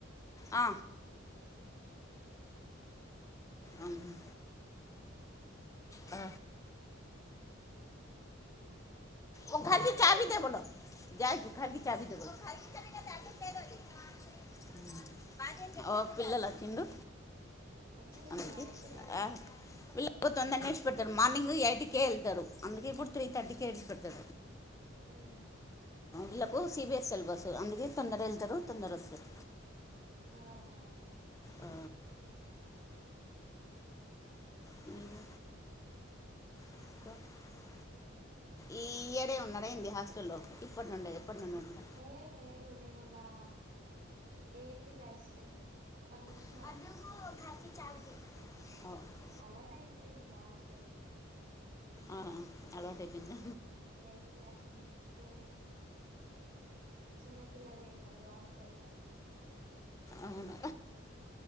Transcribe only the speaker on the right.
వచ్చేసిలా
ఇప్పుడే
అయ్యో
ఆహా
ఏ లేదు నేను నా ఎయిత్ క్లాస్ <unintelligible> <unintelligible>
అలవాట అయిపోయింది ఇగ హాస్టల్
<unintelligible> క్లాస్ లో ఉంటం కానీ చిన్న పిల్లలే అయవద్దు హా <unintelligible>